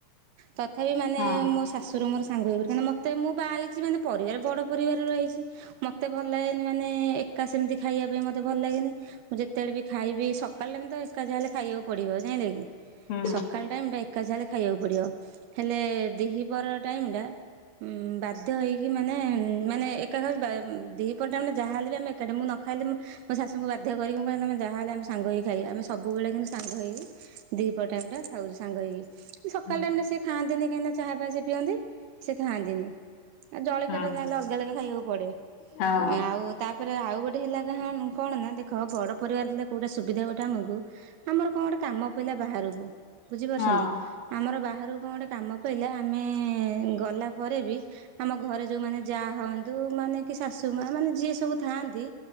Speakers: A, on the right; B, on the left.
A: ତଥାପି ମାନେ
B: ହଁ
A: ମୋ ଶାଶୁର ମୋର ସାଙ୍ଗ ହୋଇ କରି ମୋତେ ମୁଁ ବା ଆଇଚି ମାନେ ପରିବାର ବଡ଼ ପରିବାର ଆଇଚି ମତେ ଭଲ ଲାଗେନି ମାନେ ଏକା ସେମିତି ଖାଇବା ପାଇଁ ମତେ ଭଲ ଲାଗେନି। ମୁଁ ଯେତେବେଳେ ବି ଖାଇବି ସକାଳ ଟାଇମ ତ ଏକା ଯାହା ହେଲେ ଖାଇବାକୁ ପଡିବ ଯାଇଁଲେ କି
B: ହୁଁ
A: ସକାଳ ଟା ଏକା ଯାହା ହେଲେ ଖାଇବାକୁ ପଡିବ ହେଲେ ଦିହି ପହର ଟାଇମ ଟା ଉଁ ବାଧ୍ୟ ହେଇକି ମାନେ ମାନେ ଏ ଏକା ଖାଉଚି ବା ଦିପହରେ ଟାଇମ ଟା ଯାହା ହେଲେ ବି ଆମେ ଏକାଠେ ମୁଁ ନ ଖାଇଲେ ମ ମୋ ଶାଶୁଙ୍କୁ ବାଧ୍ୟ କରିବି ମୁଁ କହିଲି ଯାହା ହେଲେ ଆମ ସାଙ୍ଗ ହେଇ ଖାଇ ଆମେ ସବୁବେଳେ କିନ୍ତୁ ସାଙ୍ଗ ହେଇକି ଦିପହର ଟାଇମ ଟା ଖାଉ ସାଙ୍ଗ ହେଇକି। ସକାଳ
B: ହୁଁ
A: ଟାଇମରେ ସେ ଖାଆନ୍ତିନି କାହିଁକି ଚାହା ଫା ସେ ପିଅନ୍ତି ସେ ଖାଆନ୍ତିନି। ଆ ଜଳଖିଟା
B: ହଁ
A: ଯାହେଲେ ଅଲଗା ଅଲଗା ଖାଇବାକୁ ପଡେ
B: ହଁ
A: ଆଁ ଆଉ ତାପରେ ଆଉ ଗୋଟେ ହେଲା କା କଣ ନା ଦେଖ ବଡ ପରିବାର ଥିଲେ କୋଉଟା ସୁବିଧା ଗୋଟେ ଆମକୁ ଆମର କଣ ଗୋଟେ କାମ ପଇଲା ବାହାରକୁ ବୁଝିପାରୁଛନ୍ତି
B: ହଁ
A: ଆମର ବାହାରକୁ କଣ ଗୋଟେ କାମ <unintelligible> ଆମେ ଗଲା ପରେ ବି ଆମ ଘରେ ଯୋଉମାନେ ଜା ହଅନ୍ ନ୍ତୁ ମାନେ କି ଶାଶୁ ମା ମାନେ ଯିଏ ସବୁ ଥାଆନ୍ତି